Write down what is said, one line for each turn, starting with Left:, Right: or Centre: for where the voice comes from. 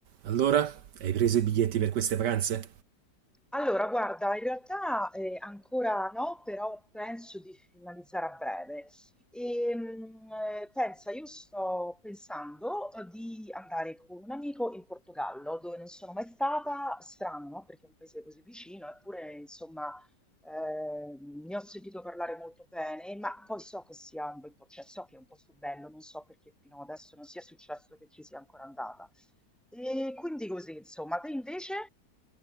Right: Allora, hai preso i biglietti per queste pranze?
Centre: Allora, guarda, in realtà eh, ancora no, però penso di finalizzare a breve. E, mm, eh, pensa, io sto pensando eh, di andare con un amico in Portogallo, dove non sono mai stata, strano, no? Perché è un paese così vicino, eppure, insomma, eh, ne ho sentito parlare molto bene, ma poi so che sia un bel po', cioè so che è un posto bello, non so perché fino adesso non sia successo che ci sia ancora andata. E quindi così, insomma, te invece?